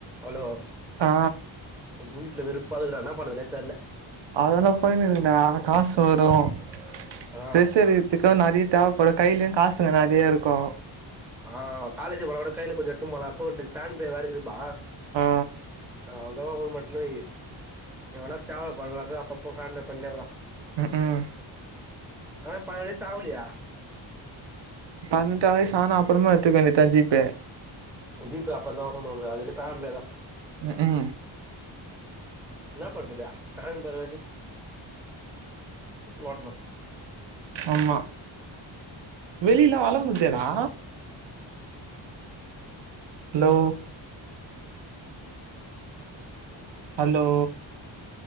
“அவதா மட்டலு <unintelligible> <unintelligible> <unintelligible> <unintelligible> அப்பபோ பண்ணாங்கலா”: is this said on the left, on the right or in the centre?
Centre